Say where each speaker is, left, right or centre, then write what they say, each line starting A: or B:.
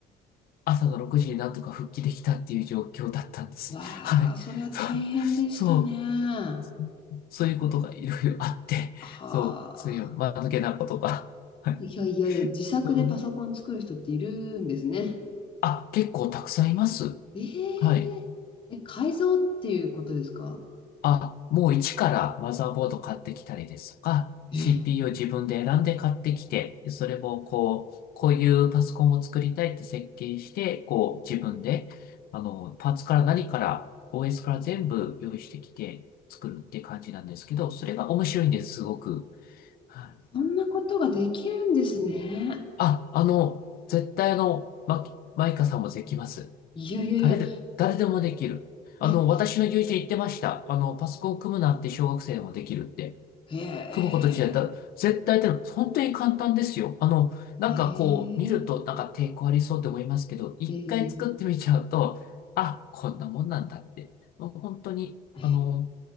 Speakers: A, on the left; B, on the left.
A: 朝の6時になんとか復帰できたっていう状況だったんですね。
B: わあ、
A: <laughs> はい。
B: それは大変でしたね。
A: そう、そ
B: は
A: う、そういうことがいろいろあって、
B: あ、
A: そう、そういう間抜けなことが。はい。
B: いやいやいや、自作でパソコン作る人っているんですね。
A: うん、あ、結構たくさんいます。
B: えええ、
A: はい。
B: 改造っていうことですか
A: あ、もう一からマザーボード買ってきたりですとか、
B: え、
A: CPU を自分で選んで買ってきて、それをこう、こういうパソコンを作りたいって設計して、こう自分で、あの、パーツから何から OS から全部用意してきて作るって感じなんですけど、それが面白いんです、すごく。はい
B: そんなことができるんですね。
A: あ、あの、絶対あの、ま、マイカさんもできます。
B: いやいやいや、
A: 誰で、誰でもできる。あの、
B: えー、え、
A: 私の友人言ってました。あの、パソコン組むなんて小学生でもできるって。
B: え
A: 組むこと自だったら、絶対ってのは本当に簡単ですよ。あの、なんかこう、
B: ー、えー、
A: 見るとなんか抵抗ありそうって思いますけど、一回作ってみちゃうと、
B: えー、えー、
A: あ、こんなもんなんだって。もう本当に、
B: え
A: あの、